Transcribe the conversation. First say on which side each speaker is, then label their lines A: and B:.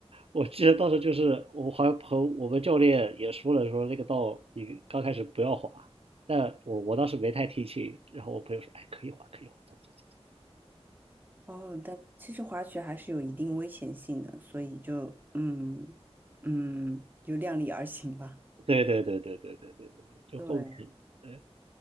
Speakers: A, on the right (about 60°); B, on the right (about 15°).
A: 我记得当时就是我好像和我们教练也说了，说那个道你刚开始不要滑，但我我当时没太听清，然后我朋友说，哎，可以滑，可以滑，走走走。
B: 哦，但其实滑雪还是有一定危险性的，所以就嗯嗯，就量力而行吧。
A: 对对对对对对对对对，就后面
B: 对，
A: 对